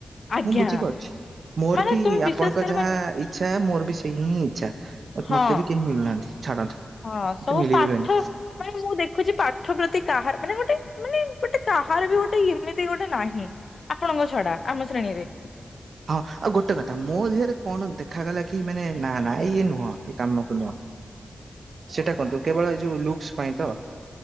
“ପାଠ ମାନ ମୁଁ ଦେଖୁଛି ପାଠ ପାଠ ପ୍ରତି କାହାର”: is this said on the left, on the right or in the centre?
Left